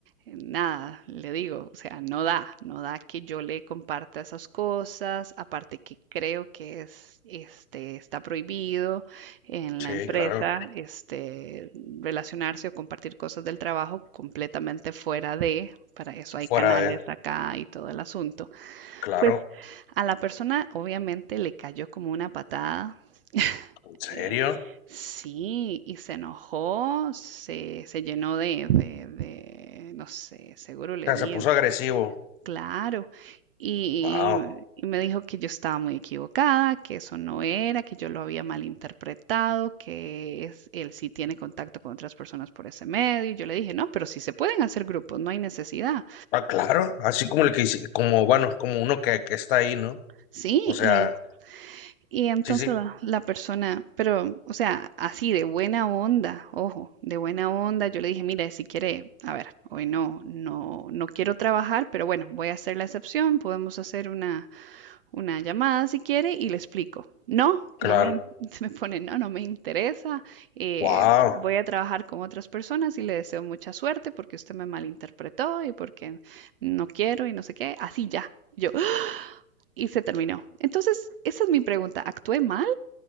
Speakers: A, on the right; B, on the left.
A: eh, nada, le digo, o sea, no da, no da que yo le comparta esas cosas, aparte que creo que es, este, está prohibido en
B: sí,
A: la empresa,
B: claro,
A: este, relacionarse o compartir cosas del trabajo completamente fuera de para eso hay
B: fuera
A: canales
B: de,
A: acá y todo el asunto.
B: claro,
A: Pues a la persona obviamente le cayó como una patada.
B: ¿en serio?
A: eh, sí, y se enojó, se, se llenó de, de- de, no sé, seguro le
B: O sea,
A: di
B: se puso
A: en su-
B: agresivo,
A: Claro. Y,
B: wow,
A: y me dijo que yo estaba muy equivocada, que eso no era, que yo lo había malinterpretado, que es, él sí tiene contacto con otras personas por ese medio. Y yo le dije, no, pero sí se pueden hacer grupos, no hay necesidad.
B: ah, claro, así como el que hice, como, bueno, como uno que, que está ahí, ¿no?
A: Sí,
B: O sea,
A: y en Y entonces
B: sí, sí,
A: la, la persona, pero, o sea, así de buena onda, ojo, de buena onda, yo le dije, mira, si quiere, a ver, hoy no, no, no quiero trabajar, pero bueno, voy a hacer la excepción, podemos hacer una, una llamada si quiere y le explico. No,
B: claro,
A: no me, in- <laughs> se me pone, no, no me interesa, eh,
B: wow,
A: voy a trabajar con otras personas y le deseo mucha suerte porque usted me malinterpretó y porque no quiero y no sé qué, así ya, yo, <gasps> y se terminó. Entonces, esa es mi pregunta, ¿actué mal?